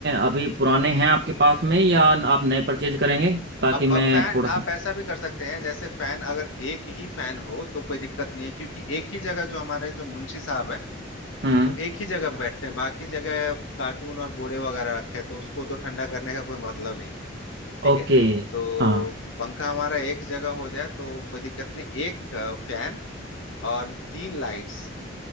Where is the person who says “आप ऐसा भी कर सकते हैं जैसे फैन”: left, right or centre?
Left